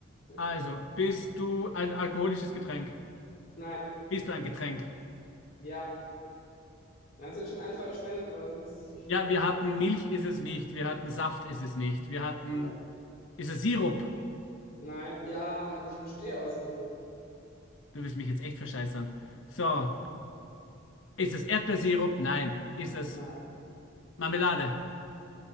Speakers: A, on the left (about 50°); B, on the left (about 75°).
A: Ja.
B: Also, bist du ein alkoholisches Getränk?
A: Nein,
B: Bist du ein Getränk?
A: ja. Das ist schon ein verschwendet, weil das wusstest du schon.
B: Ja, wir hatten Milch ist es nicht. Wir hatten Saft ist es nicht. Wir hatten.
A: Ja.
B: Ist es Sirup?
A: Nein, ja, also ich bestehe aus Sirup.
B: Du wirst mich jetzt echt verscheißern. So. Ist es Erdbeersirup? Nein. Ist es
A: Nein,
B: Marmelade?